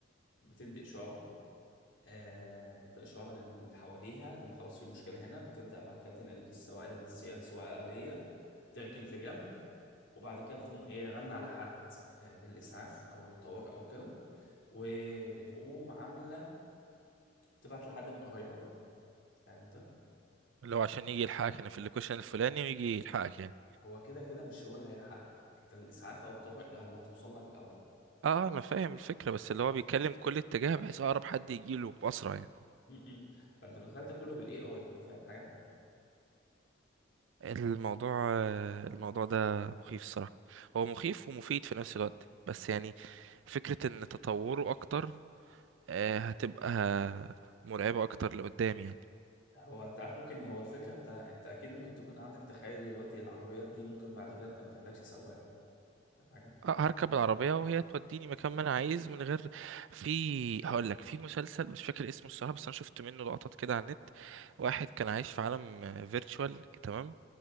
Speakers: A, on the left; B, on the right.
A: بتدي إشارة آه، ادي إشارة للي حواليها إن خلاص في مشكلة هنا بتبدأ بعد كده تنقل السواق السواقية تركن في جنب وبعد كده بتقوم ايه غنى على حد آه، من الاسعاف او الطوارئ او كده وبتقوم عامله تبعت لحد من قرايبك بقى فاهم انت
B: اللي هو عشان يجي يلحقك أنا في اللوكيشن الفلاني ويجي يلحقك يعني
A: هو كده كده مش هو اللي هيلحقك انت الاسعاف او الطوارئ اللي هتوصل لك الاول
B: اه أنا فاهم الفكرة بس اللي هو بيتكلم كل اتجاه بحيث أقرب حد يجيله بأسرع يعني
A: م- م. فانت متخيل ده كله بالاي اي فاهم حاجه
B: الموضوع الموضوع ده مخيف الصراحة هو مخيف
A: م.
B: ومفيد في نفس الوقت بس يعني فكرة ان تطوره اكتر آه، هتبقى مرعبة اكتر لقدام يعني
A: هو انت عارف ممكن هو الفكره انت انت اكيد ممكن تكون عندك تخيل دلوقتي العربيات دي ممكن بعد كده انت ما تحتاجش سواق فاهم حاجه
B: آه، هركب العربية وهي توديني مكان ما انا عايز من غير في هقول لك في مسلسل مش فاكر اسمه الصراحة بس انا شفت منه لقطات كده على النت واحد كان عايش في عالم فيرتشوال تمام